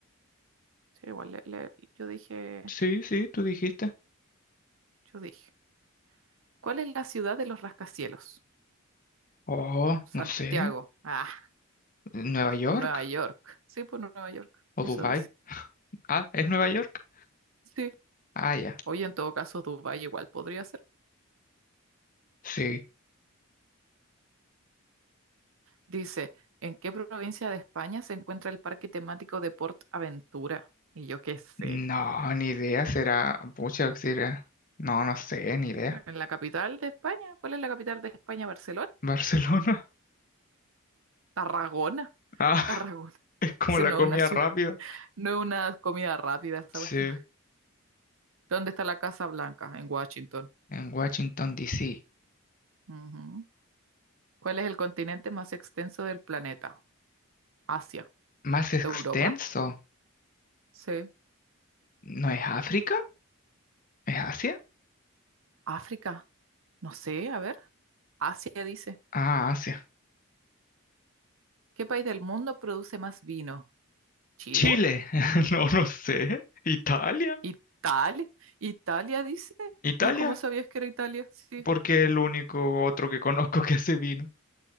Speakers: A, on the right (about 65°); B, on the left (about 35°).
A: Sí, igual le- le- yo dije,
B: Sí, sí, tú dijiste.
A: yo dije. ¿Cuál es la ciudad de los rascacielos?
B: Oh,
A: Santiago.
B: no sé.
A: Ah,
B: ¿Nueva York?
A: Nueva York. Sí, pues Nueva York.
B: ¿O
A: Eso
B: Dubai?
A: dice.
B: Ah, ¿es Nueva York?
A: Sí.
B: Ah, ya.
A: Oye, en todo caso, Dubái igual podría ser.
B: Sí.
A: Dice, ¿en qué provincia de España se encuentra el parque temático de Port Aventura? Y yo qué sé.
B: No, ni idea. Será. Pucha, será. No, no sé, ni idea.
A: ¿En la capital de España? ¿Cuál es la capital de España? ¿Barcelona?
B: ¿Barcelona?
A: Tarragona.
B: <laughs> Ah,
A: Tarragona.
B: es como
A: Ese
B: la
A: no
B: comida
A: es una ciudad,
B: rápida.
A: no es una comida rápida esa
B: Sí.
A: cuestión. ¿Dónde está la Casa Blanca? En Washington.
B: En Washington, D. C.
A: Ujú. ¿Cuál es el continente más extenso del planeta? Asia.
B: ¿Más extenso?
A: ¿Europa? Sí.
B: ¿No es África? ¿Es Asia?
A: ¿África? No sé, a ver. Asia dice.
B: Ah, Asia.
A: ¿Qué país del mundo produce más vino? ¿Chile?
B: Chile, <laughs> no, no sé. Italia,
A: ¿Italia? ¿Italia dice?
B: Italia,
A: ¿Y cómo sabías que era Italia? Sí.
B: porque es el único otro que conozco que hace vino.